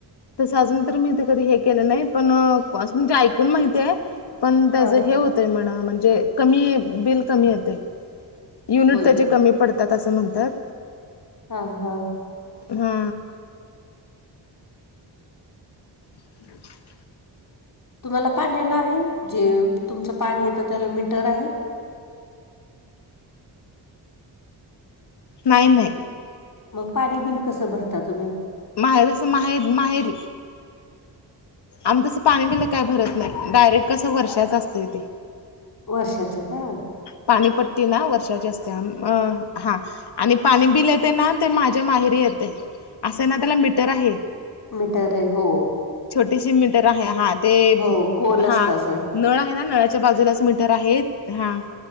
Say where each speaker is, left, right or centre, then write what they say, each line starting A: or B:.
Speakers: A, on the left; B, on the left.
A: तस अजून तर मी ते कधी हे केल नाही, पण म्हणजे ऐकून माहितीय. पण त्याच
B: हा
A: हे होतय म्हणा म्हणजे कमी बिल कमी येतय. युनिट
B: होय
A: त्याचे
B: का?
A: कमी पडतात अस म्हणतात.
B: हा हा
A: हा <unintelligible>
B: तुम्हाला पाण्याला आहे जे तुमच पाणी येत त्याला मीटर आहे.
A: नाही नाही.
B: मग पाणी बिल कस भरता तुम्ही?
A: माहेर अस माहेर माहेरी. आम्ही तस पाणी बिल काय भरत नाही डायरेक्ट कस वर्षाच असतय तेे.
B: वर्षाच का?
A: पाणी पट्टीना वर्षाची असते. हा आणि पाणी बिल येते ना... ते माझ्या माहेरी येतय. असं ए ना... त्याला मीटर आहे...
B: मीटर आहे हो
A: छोटीशी मीटर आहे.... हा ते...
B: हो गोल
A: हा...
B: असत असं.
A: नळ आहे ना... नळाच्या बाजूलाच... मीटर आहेत... हा.